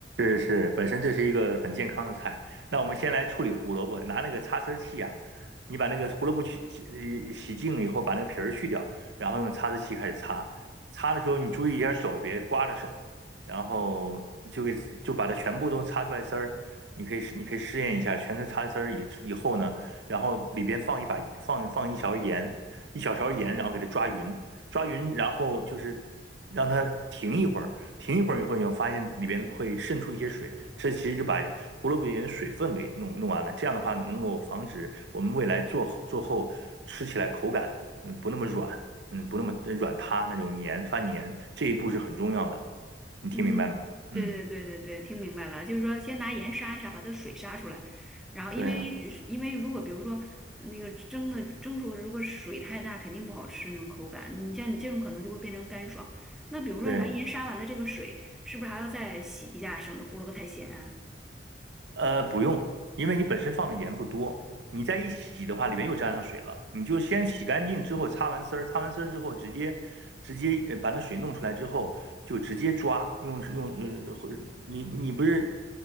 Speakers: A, on the right; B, in the centre.
A: 是是，本身这是一个很健康的菜。那我们先来处理胡萝卜，拿那个擦丝儿器啊，你把那个胡萝卜去洗呃洗净了以后，把那个皮儿去掉，然后用擦丝器开始擦。擦的时候你注意一下手，别刮着手，然后你就给就把它全部都擦出来丝儿。你可以试，你可以试验一下，全都擦丝儿以以后呢，然后里边放一把放放一勺盐，一小勺盐，然后给它抓匀，抓匀，然后就是让它停一会儿。停一会儿以后，你会发现里边会渗出一些水，这其实就把胡萝卜里面的水分给弄弄完了。这样的话，能够防止我们未来做后做后吃起来口感嗯不那么软，嗯不那么呃软塌那种黏发黏，这一步是很重要的。你听明白了吗？
B: 嗯，
A: 嗯，
B: 对对对对对，听明白了，就是说先拿盐杀一杀，把它的水杀出来，然后因为
A: 对
B: 因为如果比如说那个蒸的蒸熟，如果水太大，肯定不好吃那种口感。你像你这种可能就会变成干爽。那比如说拿盐杀完了这个水，
A: 对。
B: 是不是还要再洗一下，省着胡萝卜太咸啊？
A: 呃，不用，因为你本身放的盐不多，你再一洗的话，里面又沾上水了。你就先洗干净之后，擦完丝儿，擦完丝儿之后，直接直接呃把那水弄出来之后，就直接抓，用用呃，或你你不是